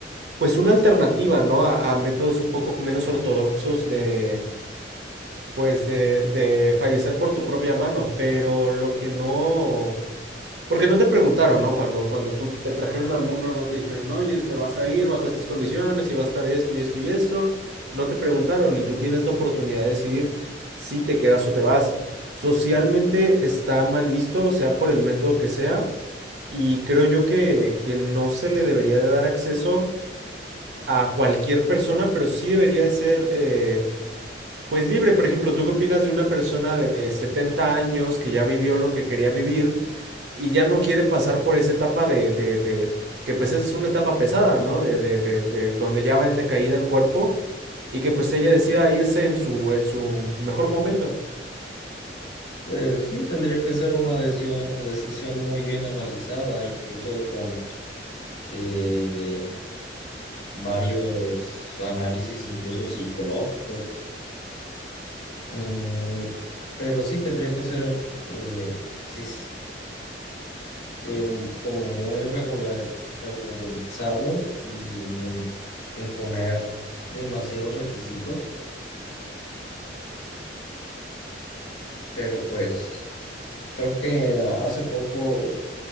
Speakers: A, on the right; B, on the left.
A: pues una alternativa, ¿no? A, a métodos un poco menos ortodoxos de, pues, de, de fallecer por tu propia mano, pero lo que no, porque no te preguntaron, ¿no? Cuando, cuando tú te trajeron al mundo, no te dijeron, oye, te vas a ir bajo estas condiciones y va a estar esto y esto y esto, no te preguntaron y tú tienes la oportunidad de decidir si te quedas o te vas. Socialmente está mal visto, sea por el método que sea, y creo yo que, que no se le debería de dar acceso a cualquier persona, pero sí debería de ser, eh, pues libre. Por ejemplo, ¿tú qué opinas de una persona de 70 años que ya vivió lo que quería vivir y ya no quiere pasar por esa etapa de, de- de- que pues esa es una etapa pesada, ¿no? De, de- de- de donde ya va en decaída el cuerpo y que pues ella decida irse en su, en su mejor momento.
B: pues sí, tendría que ser una decisión, decisión muy bien analizada, incluso con eh, varios análisis, incluso psicológicos. Mm, pero sí tendría que ser, eh, sí eh, como muy regular, regularizado y en, en demasiados requisitos, pero pues creo que hace poco